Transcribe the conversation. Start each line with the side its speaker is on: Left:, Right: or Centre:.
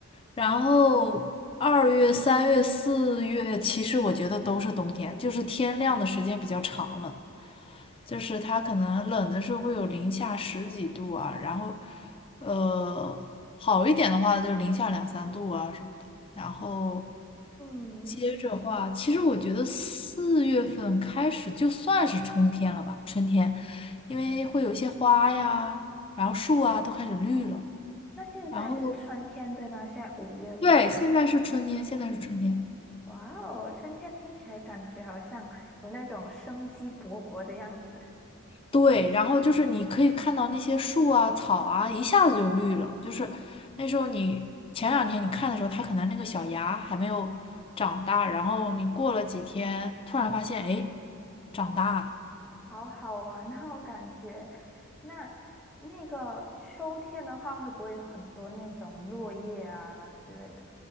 Left: 然后二月、三月、四月，其实我觉得都是冬天，就是天亮的时间比较长了。就是它可能冷的时候会有零下十几度啊，然后，呃，好一点的话就零下两三度啊什么的。然后
Centre: 嗯，
Left: 接着话，其实我觉得四月份开始就算是春天了吧，春天，因为会有一些花呀，然后树啊都开始绿了。
Centre: 那现在是春天对吧？
Left: 然后
Centre: 现在五月份，
Left: 对，现在是春天，现在是春天。
Centre: 哇哦，春天听起来感觉好像有那种生机勃勃的样子，
Left: 对，然后就是你可以看到那些树啊、草啊，一下子就绿了。就是那时候你前两天你看的时候，它可能那个小芽还没有长大，然后你过了几天，突然发现，哎，长大了。
Centre: 好好玩哦，<laughs> 感觉。那那个秋天的话，会不会有很多那种落叶啊之类的？